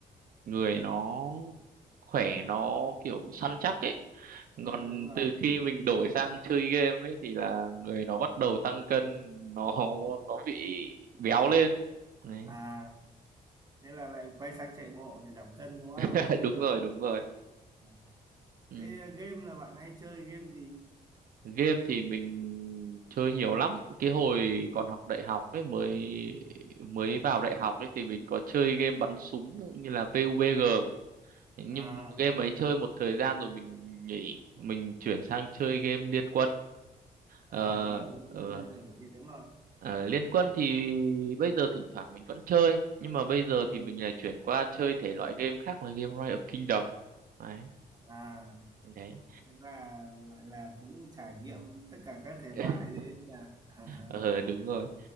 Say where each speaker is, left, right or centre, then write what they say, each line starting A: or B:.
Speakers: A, on the right (about 65°); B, on the right (about 25°).
A: người nó khỏe nó kiểu săn chắc ấy
B: Ừ,
A: còn
B: đúng rồi
A: từ khi mình đổi sang chơi game ấy thì là người nó bắt đầu tăng cân nó nó bị béo lên đấy
B: à thế là lại quay sang chạy bộ để giảm cân đúng không
A: <laughs> đúng rồi đúng rồi
B: Ừ.
A: ừ.
B: thế game là bạn hay chơi game gì
A: game thì mình chơi nhiều lắm cái hồi còn học đại học ấy mới mới vào đại học ấy thì mình có chơi game bắn súng như là PUBG nhưng
B: à
A: game ấy chơi một thời gian rồi mình nghỉ mình chuyển sang chơi game Liên Quân
B: à
A: Ờ,
B: rồi Liên
A: ờ,
B: Quân thì nổi tiếng rồi
A: Ờ, Liên Quân thì bây giờ thỉnh thoảng mình vẫn chơi nhưng mà bây giờ
B: ừ.
A: thì mình lại chuyển qua chơi thể loại game khác là game Rise of Kingdom đấy
B: à
A: đấy
B: thế là gọi là cũng trải nghiệm tất cả các thể
A: <laughs>
B: loại đấy nha <laughs>
A: ờ đúng rồi